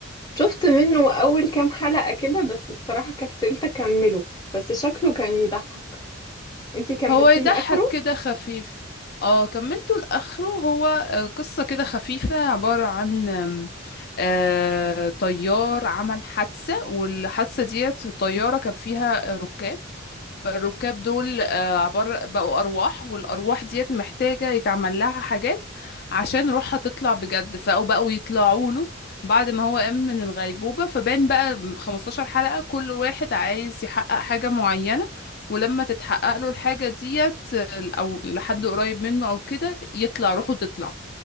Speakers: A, on the left (about 20°); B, on the left (about 50°).
A: شفت منه أول كام حلقة كده بس الصراحة كسلت أكمله بس شكله كان يضحك انتي كملتيه
B: هو يضحك
A: لآخره؟
B: كده خفيف اه كملته لاخره هو آه، قصة كده خفيفة عبارة عن آم، آه، طيار عمل حادثة والحادثة ديت في الطيارة كان فيها ركاب فالركاب دول آه، عبارة بقوا أرواح والأرواح ديت محتاجة يتعمل لها حاجات عشان روحها تطلع بجد فبقوا يطلعوا له بعد ما هو قام من الغيبوبة فبان بقى 15 حلقة كل واحد عايز يحقق حاجة معينة ولما تتحقق له الحاجة ديت آه، أو لحد قريب منه أو كده يطلع روحه تطلع